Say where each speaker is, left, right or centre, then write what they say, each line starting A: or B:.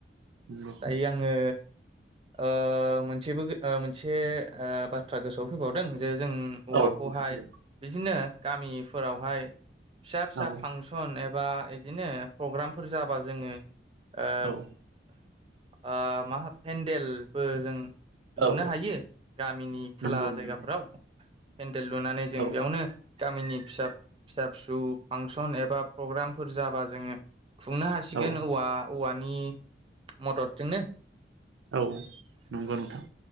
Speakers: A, on the right (about 90°); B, on the right (about 30°).
A: नंगौ
B: दायो आङो ओ मोनसेबो ओ मोनसे ओ बाथ्रा गोसोआव फैबावदों जे जों औवाखौहाय
A: औ नोंथां दे
B: बिदिनो गामिफोरावहाय फिसा फिसा
A: औ
B: फांसन एबा इदिनो प्रग्रामफोर जाबा जोङो ओ
A: औ
B: ओ मा पेन्देलबो जों लुनो
A: औ
B: हायो गामिनि खुला
A: नंगौ
B: जायगाफोराव
A: नंगौ
B: पेन्डेल लुनानै जों
A: औ
B: बेयावनो गामिनि फिसा फिसा फिसौ फांसन एबा प्रग्रामफोर जाबा जोङो खुंनो हासिगोन
A: औ
B: औवा औवानि मददजोंनो
A: औ नंगौ नोंथां।